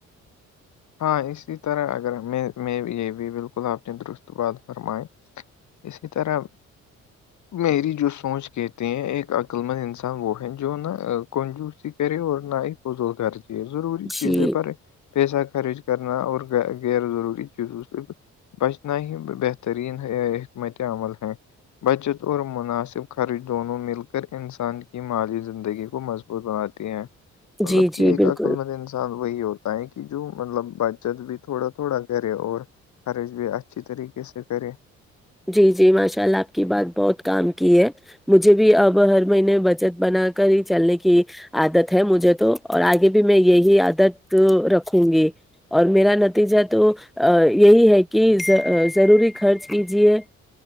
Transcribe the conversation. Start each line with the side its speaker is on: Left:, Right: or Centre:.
Left: ہاں اسی طرح اگر میں میں یہ بھی بالکل آپ نے درست بات فرمائی اسی طرح میری جو سونچ کہتے ہیں ایک عقل مند انسان وہ ہے جو نہ کنجوسی کرے اور نہ ہی فضول خرچی ضروری
Centre: جی
Left: چیزیں پر پیسہ خرچ کرنا اور غیر ضروری چیزوں سے بچنا ہی بہترین ہے بہترین عمل ہیں بچت اور مناسب خرچ دونوں مل کر انسان مالی زندگی کو مضبوط بناتی ہیں مطلب
Centre: جی
Left: کہ
Centre: جی
Left: ایک
Centre: بالکل
Left: عقل مند انسان وہی ہوتا ہے کی جو مطلب بچت بھی تھوڑا تھوڑا کرے اور خرچ بھی اچھی طریقے سے کرے
Centre: جی جی ماشاء اللہ آپ کی بات بہت کام کی ہے مجھے بھی اب ہر مہینے بچت بنا کر ہی چلنے کی عادت ہے مجھے تو اور آگے بھی میں یہی عادت رکھوں گی اور میرا نتیجہ تو ا یہی ہے کہ ضروری خرچ کیجیے